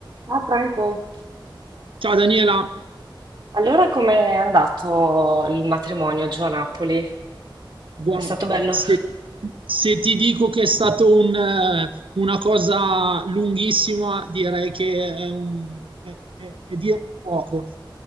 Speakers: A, on the right; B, on the right.
A: Ah, Franco,
B: Ciao Daniela,
A: allora com'è andato il matrimonio giù a Napoli?
B: guarda,
A: È stato bello?
B: se, se ti dico che è stata un, eh, una cosa lunghissima, direi che è, un, è, è- è dire poco.